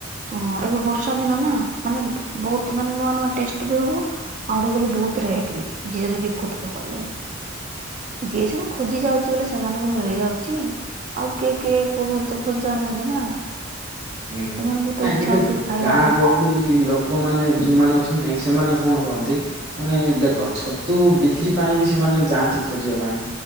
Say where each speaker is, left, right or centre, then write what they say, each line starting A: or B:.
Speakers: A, on the right (about 40°); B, on the right (about 55°).
A: ହଁ ଏବେ ବର୍ଷା ଦିନ ନା ମାନେ ବହୁତ ମାନେ ନୂଆ ନୂଆ ଟେଷ୍ଟ ବି ହବ। ଆଉ ଗୋଟେ ଗଲେ ବହୁତ ରେଟ୍ ବି ଯିଏ ଯଦି ବିକୁଥିବ କଲେ। ଯିଏ ସିନା ଖୋଜି ଯାଉଛି ବୋଲି ସେମାନଙ୍କୁ ମିଳି ଯାଉଛି ଆଉ କିଏ କିଏ କୋଉ ଘରେ ତ ଖୋଜି ଯାଉନାହାନ୍ତି ନା।
B: ହୁଁ
A: ସେମାନଙ୍କୁ ତ
B: ନାଇଁ
A: ଇଚ୍ଛା
B: କିନ୍ତୁ
A: ହଉଥିବ ଖାଇବାକୁ।
B: ଗାଁ ଗ ମୁଁ କହିଲି ଲୋକମାନେ ଯୋଉମାନେ ଅଛନ୍ତି ନାଇଁ ସେମାନେ କଣ କରନ୍ତି। ମାନେ ଦେଖ ଛତୁ ବିକ୍ରି ପାଇଁ ବି ସେମାନେ ଯାଆନ୍ତି ଖୋଜିବା ପାଇଁ।